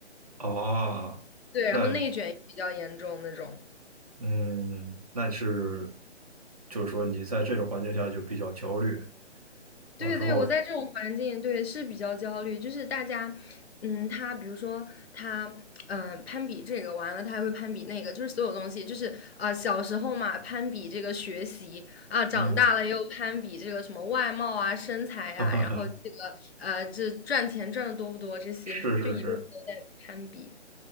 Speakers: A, on the right (about 35°); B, on the left (about 60°).
A: 哦，
B: 对，然后内卷也比较严重那种。
A: 那嗯那是就是说你在这种环境下就比较焦虑，然后之后
B: 对对，我在这种环境，对，是比较焦虑，就是大家，嗯，他比如说他，嗯、攀比这个完了，他还会攀比那个，就是所有东西，就是啊、小时候嘛，攀比这个学习啊，长大了又攀比这个什么外貌啊、
A: 嗯，
B: 身材呀，
A: <laughs> 哈哈哈，
B: 然后这个呃，这赚钱赚的多不多这些，
A: 是是是。
B: 就一辈子都在攀比。